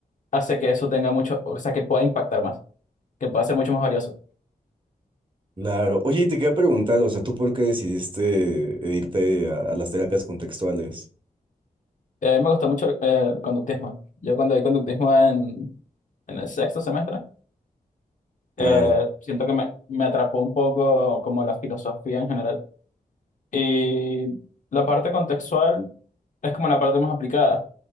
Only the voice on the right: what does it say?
Claro. Oye, y te quería preguntar, o sea, ¿tú por qué decidiste eh, irte a, a las terapias contextuales?
Claro,